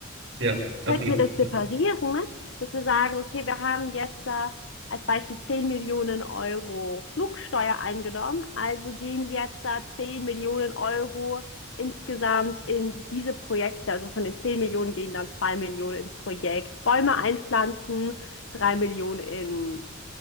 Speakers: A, on the right; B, on the left.
A: Ja, auf
B: könnten
A: jeden
B: wir das separieren,
A: Fall.
B: ne? dass wir sagen, okay, wir haben jetzt äh, als Beispiel 10 Millionen Euro Flugsteuer eingenommen, also gehen jetzt da 10 Millionen Euro insgesamt in diese Projekte, also von den 10 Millionen gehen dann 2 Millionen ins Projekt Bäume einpflanzen, 3 Millionen in